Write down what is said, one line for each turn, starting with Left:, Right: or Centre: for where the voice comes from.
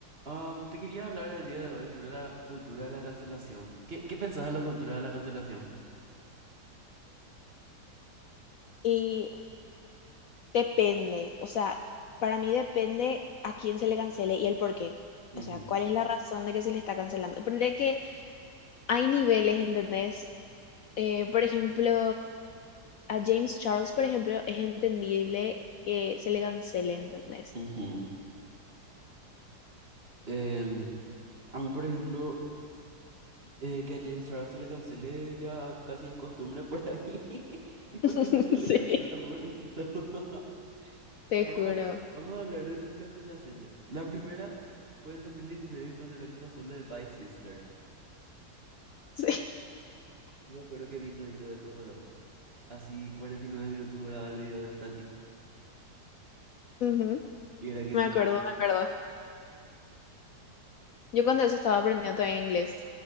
Right: Am, te quería hablar el día de hoy sobre la cultura de la cancelación. ¿Qué, qué pensás de la cultura de la cancelación?
Left: Y depende, o sea, para mí depende a quién se le cancele y el por qué.
Right: Ujú,
Left: O sea, cuál es la razón de que se le está cancelando. Ponele que hay niveles, ¿entendés? Eh, por ejemplo, a James Charles, por ejemplo, es entendible que se le cancele, ¿entendés?
Right: ujú. Em, a mí, por ejemplo, eh, que a James Charles se le cancele ya casi es costumbre por ahí. <laughs> Tipo,
Left: <laughs>
Right: siempre se le
Left: Sí,
Right: cancela, pobrecito. <laughs>
Left: te
Right: Vamos
Left: juro.
Right: a, vamos a hablar de sus cancelaciones. La primera fue en 2019 cuando era que pasó lo de Vice Sister.
Left: Sí.
Right: Yo me acuerdo que vi todito eso. Así 49 minutos duraba el video de Tati.
Left: Ujú.
Right: Y era que
Left: Me
Right: vi
Left: acuerdo,
Right: todo.
Left: me acuerdo. Yo cuando eso estaba aprendiendo todavía inglés,